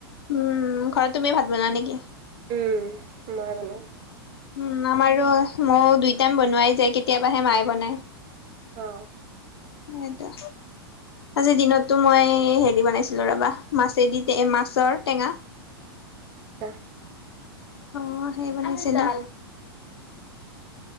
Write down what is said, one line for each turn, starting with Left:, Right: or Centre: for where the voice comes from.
Left: উম, ঘৰত তুমিয়ে ভাত বনোৱা নেকি?
Right: উম, ময়ে বনাও।
Left: উম আমাৰো ময়ো দুই টাইম বনোৱাই যায় কেতিয়াবাহে মায়ে বনায়।
Right: অ।
Left: এইটো, আজি দিনতটো মই হেৰি বনাইছিলো ৰবা মাছেদি টে মাছ। জৰ টেঙা।
Right: আচ্ছা।
Left: অ হেৰি বনাইছিলো